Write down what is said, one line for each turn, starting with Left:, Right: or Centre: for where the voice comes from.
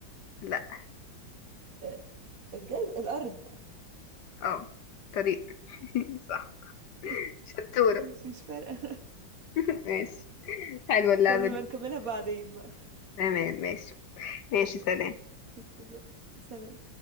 Left: لا
Right: آه، الجز... الأرض
Left: اه طريق <laughs> صح
Right: <laughs>
Left: شطورة
Right: مش مش فارقة <laughs>
Left: <laughs> ماشي حلوة اللعبة
Right: طب نبقى
Left: دي
Right: نكملها بعدين بقى
Left: تمام ماشي ماشي سلام
Right: <laughs> سلام